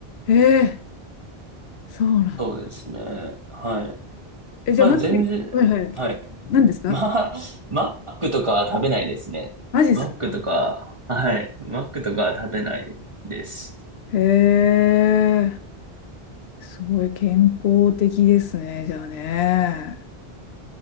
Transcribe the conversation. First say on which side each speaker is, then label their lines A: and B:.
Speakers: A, on the left; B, on the right.
A: えー、そうなんだ。
B: そうですね。はい。
A: え、じゃあ、
B: まあ、
A: マジ、
B: 全然、
A: はいはい。
B: はい。
A: 何ですか
B: <laughs> まあ、マックとかは食べないですね。
A: マジですか
B: マックとか、はい。マックとかは食べないです。
A: へえすごい健康的ですね、じゃあね。